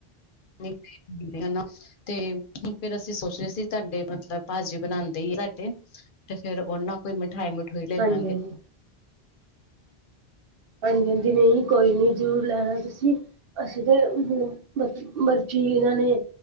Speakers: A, on the left (about 60°); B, on the right (about 65°).
A: ਨਈ ਨਈ ਤੇ ਹੈ ਫੇਰ ਅਸੀਂ ਸੋਚ ਰਹੇ ਸੀ ਤੁਹਾਡੇ ਮਤਲਬ ਭਾਜੀ ਬਣਾਉਂਦੇ ਹੀ ਤੁਹਾਡੇ ਤੇ ਫੇਰ ਉਹਨਾਂ ਕੋਈ ਮਿਠਾਈ ਮਠੂਈ ਲੈ
B: ਹਾਂਜੀ
A: ਲਾਂਗੇ
B: ਹਾਂਜੀ ਹਾਂਜੀ ਹਾਂਜੀ ਨਹੀਂ ਕੋਈ ਨੀ ਜ਼ਰੂਰ ਲੈਣਾ ਤੁਸੀਂ ਅਸੀਂ ਤੇ ਹ ਮਤਲਬ ਮਰਜ਼ੀ ਇਹਨਾਂ ਨੇ